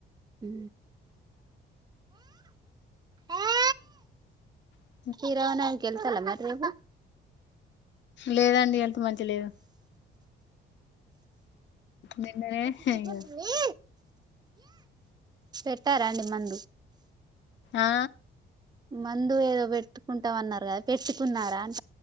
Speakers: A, on the right (about 20°); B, on the left (about 65°).
A: ఎ ఏ
B: హ
A: శ్రీరామనవమకి ఎల్తాల మరి రేపు
B: లేదండి హెల్త్ మంచి లేదు నిన్ననే
A: అవునా
B: ఇగ
A: ఇత్తారండి మందు
B: ఆ
A: మందు ఏదో పెట్టుకుంటాం అన్నారు కదా పెట్టుకున్నారా అని